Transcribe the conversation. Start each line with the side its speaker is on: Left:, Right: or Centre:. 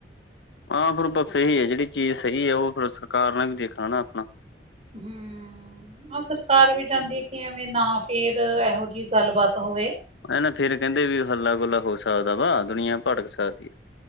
Left: ਹਾਂ ਫਿਰ ਬਸ ਸਹੀ ਏ ਜਿਹੜੀ ਚੀਜ਼ ਸਹੀ ਏ, ਉਹ ਫਿਰ ਸਰਕਾਰ ਨੇ ਵੀ ਦੇਖਣਾ ਨਾ ਆਪਣਾ
Right: ਹਮ ਹਾਂ ਸਰਕਾਰ ਵੀ ਚਾਹੁੰਦੀ ਏ, ਕਿ ਐਵੇਂ ਨਾ ਫੇਰ ਇਹੋ ਜਿਹੀ ਗੱਲਬਾਤ ਹੋਵੇ
Left: ਐ ਨਾ ਫੇਰ ਕਹਿੰਦੇ ਵੀ ਹੱਲਾ ਗੁੱਲਾ ਹੋ ਸਕਦਾ ਵਾ, ਦੁਨੀਆਂ ਭੜਕ ਸਕਦੀ।